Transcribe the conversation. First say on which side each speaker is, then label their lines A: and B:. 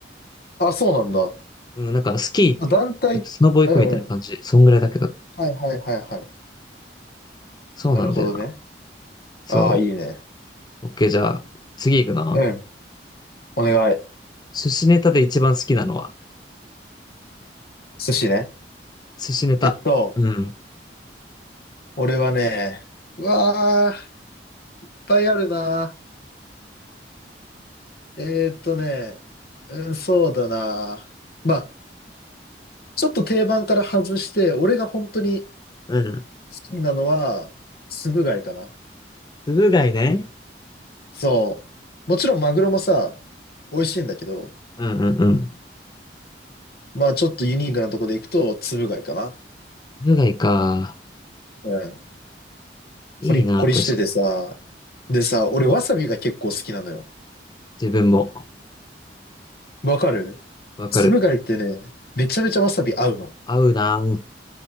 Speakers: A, on the left; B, on the left.
A: あ、そうなんだ。
B: うん、なんかスキー、
A: あ団体、
B: なんかスノボ行くみたいな感じ。
A: うんうん。
B: そんぐらいだけど。
A: はいはいはいはい。
B: そうなんだよな。
A: なるほどね。
B: そ
A: ああ、いいね。
B: う。オッケー、じゃあ、次行くな。
A: うん。お願い。
B: 寿司ネタで一番好きなのは。
A: 寿司ね。
B: 寿司ネタ。
A: えっと、
B: うん。
A: 俺はね、うわあ、いっぱいあるな。えーっとね、うん、そうだな。まあ、ちょっと定番から外して、俺が本当に
B: うん。
A: 好きなのは、つぶ貝かな。
B: つぶ貝ね。
A: そう。もちろんマグロもさ、美味しいんだけど、
B: うんうんうん。
A: まあちょっとユニークなとこで行くと、つぶ貝かな。
B: つぶ貝か。
A: うん。
B: いいな、
A: コリッコリしててさ、
B: 確かに。
A: でさ、俺わさびが結構好きなのよ。
B: 自分も。
A: わかる
B: わかる。
A: つぶ貝ってね、めちゃめちゃわさび合うの。
B: 合うな。